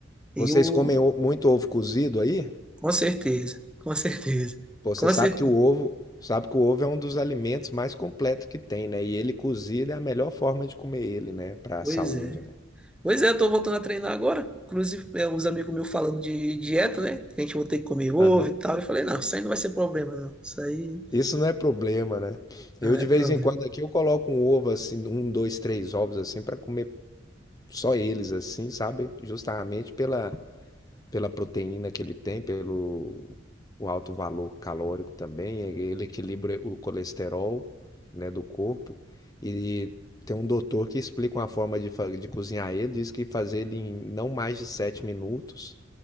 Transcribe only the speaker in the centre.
E o
com certeza, com certeza.
Com
certeza.
Pois
é.
Pois é, eu tô voltando a treinar agora. Inclusive, é, uns amigos meus falando de dieta, né? Que a gente vai ter que comer ovo
e tal. Eu falei, não, isso aí não vai ser problema, não. Isso aí
não
é problema.